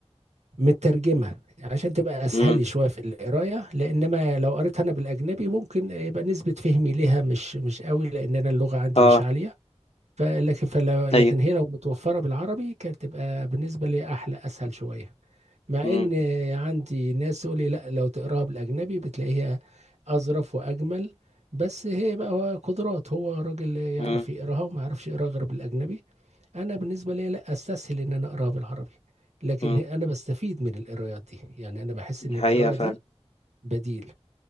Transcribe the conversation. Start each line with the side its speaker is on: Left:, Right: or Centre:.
Right: مترجمة عشان تبقى أسهل
Left: امم
Right: لي شوية في القراية لأنما لو قريتها أنا بالأجنبي ممكن يبقى نسبة فهمي ليها مش مش قوي لأن أنا اللغة عندي
Left: اه
Right: مش عالية فلكن فلو لكن
Left: ايوه
Right: هي لو متوفرة بالعربي كانت تبقى بالنسبة لي أحلى أسهل شوية مع
Left: امم
Right: إن عندي ناس تقول لي لا لو تقراها بالأجنبي بتلاقيها أظرف وأجمل بس هي بقى هو قدرات هو راجل يعرف
Left: امم
Right: يقراها وما يعرفش يقراها غير بالأجنبي أنا بالنسبة لي لا أستسهل إن أنا أقراها بالعربي لكن
Left: امم
Right: هي- أنا بستفيد من القرايات دي يعني أنا بحس
Left: دي
Right: إن القراءة
Left: حقيقه فعلا
Right: دي بديل